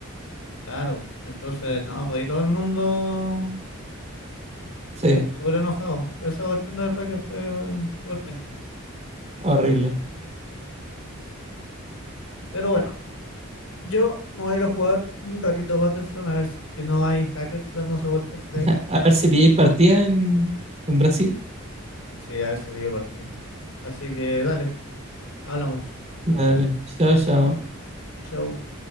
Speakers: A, on the left; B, on the right.
A: claro, entonces, no, pues ahí todo el mundo
B: Sí,
A: eh, súper enojado. Esa cuestión de verdad que fue eh, súper penca.
B: horrible.
A: Pero bueno. Yo me voy a ir a jugar un ratito Battlefront a ver si que no hay hackers dándose vueltas
B: <laughs>
A: por ahí.
B: A ver si pilláis partidas en, en Brasil.
A: Sí, a ver si veo partido. Así que dale, hablamos.
B: Dale, chao, chao.
A: Chau.